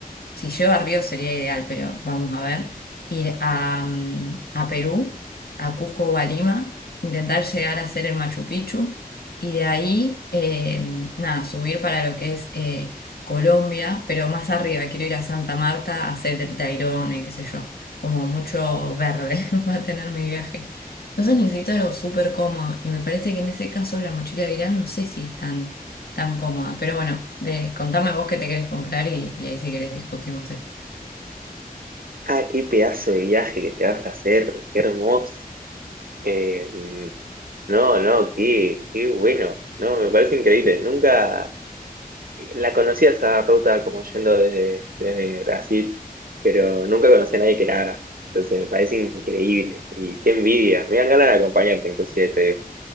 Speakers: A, on the left; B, on the right.
A: Si llueve a Río sería ideal, pero vamos a ver. Ir a, mm, a Perú, a Cusco o a Lima, intentar llegar a hacer el Machu Picchu y de ahí, eh, nada, subir para lo que es eh, Colombia, pero más arriba. Quiero ir a Santa Marta a hacer el Tayrona, y qué sé yo. Como mucho verde <laughs> va a tener mi viaje. Entonces necesito algo súper cómodo y me parece que en ese caso la mochila viral no sé si están tan cómoda. Pero bueno, de- contame vos qué te querés comprar y, y ahí si querés discutimos esto.
B: Ah, qué pedazo de viaje que te vas a hacer, qué hermoso. Em, No, no, qué, qué bueno. No, me parece increíble. Nunca la conocía esa ruta como yendo desde, desde Brasil, pero nunca conocí a nadie que la haga. Entonces me parece increíble. Y qué envidia. Me dan ganas de acompañarte, inclusive te digo.